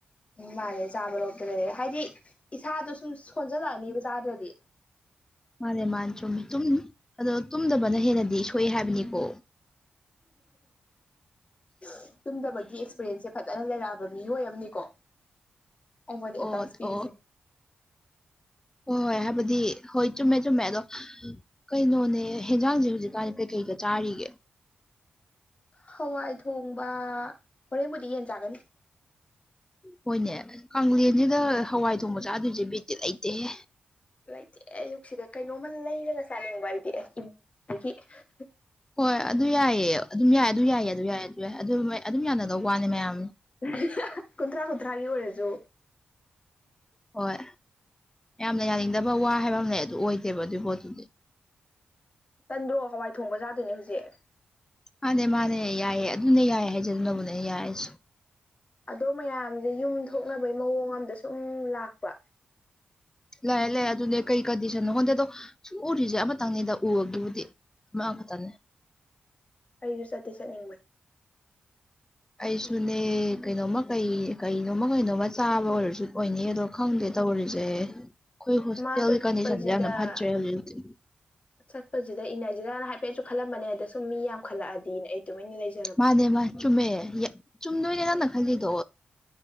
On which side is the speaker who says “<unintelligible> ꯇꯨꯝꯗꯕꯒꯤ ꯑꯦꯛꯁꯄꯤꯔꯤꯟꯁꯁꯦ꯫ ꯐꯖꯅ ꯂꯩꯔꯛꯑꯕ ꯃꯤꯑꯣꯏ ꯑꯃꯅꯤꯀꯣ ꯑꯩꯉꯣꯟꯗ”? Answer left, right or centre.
Left